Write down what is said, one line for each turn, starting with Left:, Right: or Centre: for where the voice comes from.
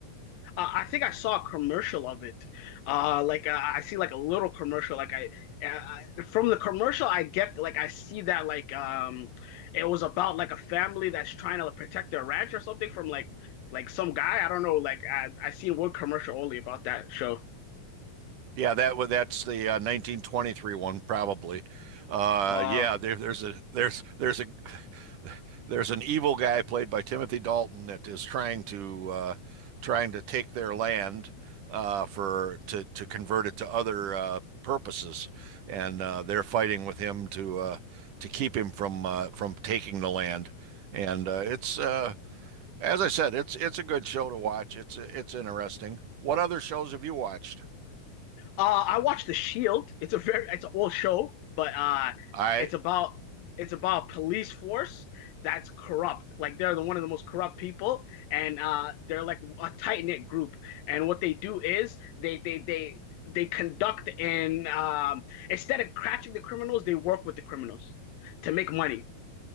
Left: Uh, I think I saw a commercial of it. Uh, like uh, I see like a little commercial. Like I, uh, I from the commercial, I get like I see that like um, it was about like a family that's trying to protect their ranch or something from like like some guy. I don't know. Like I I seen one commercial only about that show.
Right: Yeah, that wa- that's the uh, 1923 one probably. Uh,
Left: Uh,
Right: yeah, there, there's a there's there's a <laughs> there's an evil guy played by Timothy Dalton that is trying to uh, trying to take their land uh, for to to convert it to other uh, purposes, and uh, they're fighting with him to uh, to keep him from uh, from taking the land. And uh, it's uh, as I said, it's it's a good show to watch. It's it's interesting. What other shows have you watched?
Left: Uh, I watched The Shield. It's a very it's an old show, but uh,
Right: I
Left: it's about it's about police force that's corrupt. Like they're the one of the most corrupt people, and uh, they're like a tight knit group. And what they do is they they they they conduct and um, instead of catching the criminals, they work with the criminals to make money.